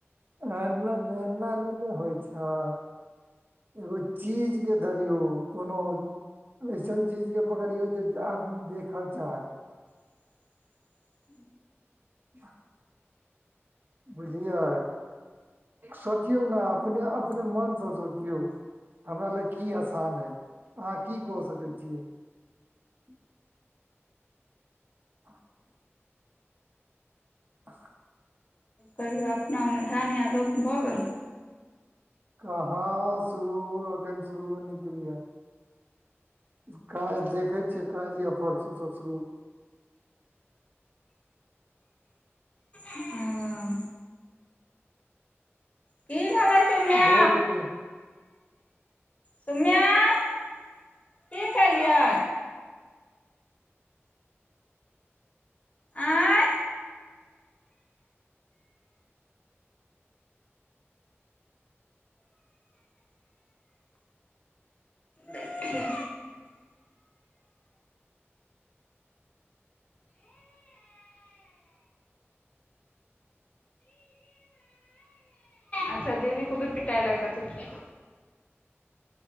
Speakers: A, on the right; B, on the left.
A: -एना नैय न होय छैय एगो चीज के धरियौ कोनो ओयसन चीज के पकड़ियौ जे आदमी देखऽ चाहत
B: <inaudible>
A: ह बुझलियै सोचियौ न अपने - अपने मन सँ सोचि यौ हमरा लऽ की आसान हैय अहाँ की कऽ सकैय छियै <inaudible> <inaudible> <inaudible>
B: कहियो अपना ओने धान आर रोप भऽ गेल
A: कहाँ शुरू अखेन शुरू नइ केलिये हन काइल देखे छियै काइल या परसू सँ शुरू
B: के
A: <inaudible>
B: हँ कि भेलै सुम्या
A: बौआ के दे
B: सुम्या की केलियै आँय देखियौ अच्छा दीदी को भी पिटाय लगतो तु चुप